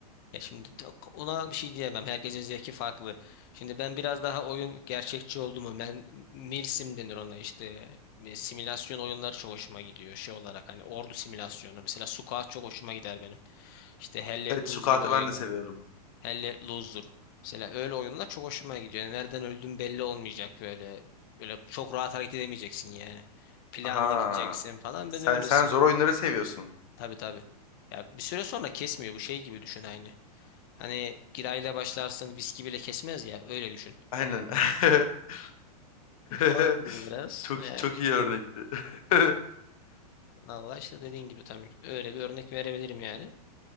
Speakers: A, on the left; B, on the left.
A: Ya şimdi de- ona bir şey diyemem. Herkesin zevki farklı. Şimdi ben biraz daha oyun gerçekçi oldu mu? Ben milsim denir ona işte. E, Simülasyon oyunları çok hoşuma gidiyor. Şey olarak hani ordu simülasyonu. Mesela Sukat çok hoşuma gider benim. İşte Hell Let
B: Evet
A: Loose
B: sukatı
A: gibi oyunlar.
B: ben de seviyorum.
A: Hell Let Loose'dur. Mesela öyle oyunlar çok hoşuma gidiyor. Yani nereden öldüğün belli olmayacak böyle. Öyle çok rahat hareket edemeyeceksin yani. Planlı
B: Aha.
A: gideceksin falan.
B: Sen,
A: Ben öylesin.
B: sen zor oyunları seviyorsun.
A: Tabii tabii. Ya bir süre sonra kesmiyor. Bu şey gibi düşün aynı. Hani girayla başlarsın viski bile kesmez ya öyle düşün.
B: Aynen. <laughs> <laughs>
A: Onun gibi biraz.
B: Çok
A: Yani
B: çok iyi örnekti. <laughs>
A: Allah işte dediğin gibi tam öyle bir örnek verebilirim yani.